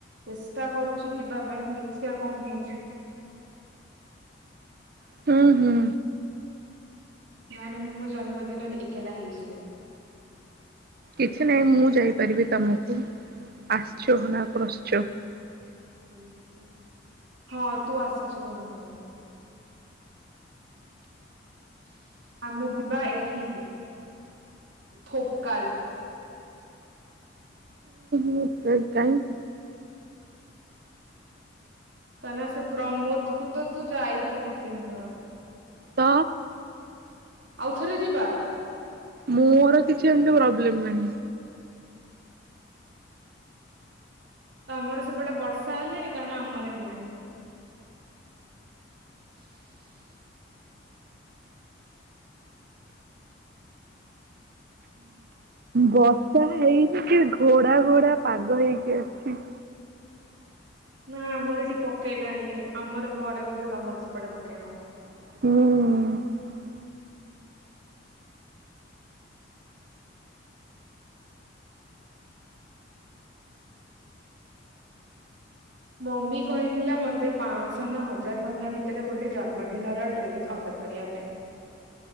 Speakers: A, on the right (about 70°); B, on the right (about 50°).
A: ଚେଷ୍ଟା କରୁଛି ଯିବା ପାଇଁ ଦେଖିଆ କଣ ହଉଛି।
B: ହୁଁ ହୁଁ।
A: ନ ହେଲେ ମୁଁ ମୋ ଜନ୍ମ ଦିନରେ ଏକଲା ହେଇଯିବି।
B: କିଛି ନାଇଁ ମୁଁ ଯାଇପାରିବି ତମକୁ ଆସଛ ନା ପ୍ରଶ୍ନ
A: <inaudible> ହଁ ତୁ ଆସିଯିବୁ ନହେଲେ। ଆମେ ଯିବା ଏଠିକି ଥୋକାଲ।
B: <unintelligible> କାଇଁ
A: କାଇଁ ନା ସେ ପ୍ରମୋଦକୁ ତ ତୁ ଯାଇଛୁ ଦି ତିନି ଥର।
B: ତ
A: ଆଉଥରେ ଯିବା।
B: ମୋର କିଛି ଏମତି ପ୍ରୋବ୍ଲେମ ନାହିଁ।
A: ତମର ସେପଟେ ବର୍ଷା ହେଲାଣି କାରଣ ଆମର ହେଲାଣି।
B: ବର୍ଷା ହେଇନି କି ଘୋଡା ଘୋଡା ପାଗ ହେଇକି ଅଛି।
A: ନା ଆମର ଏଠିକି ପକେଇଲାଣି ଆମର ପରେ ବୋଧେ ତମର ସେପଟେ ପକେଇବ।
B: ହୁଁ।
A: ମମି କହିଥିଲା ମତେ ପାଶ ହଜାର ଟଙ୍କା ଭିତରେ ଗୋଟେ ଜନ୍ମଦିନର ଡ୍ରେସ ଅର୍ଡର କରିବା ପାଇଁ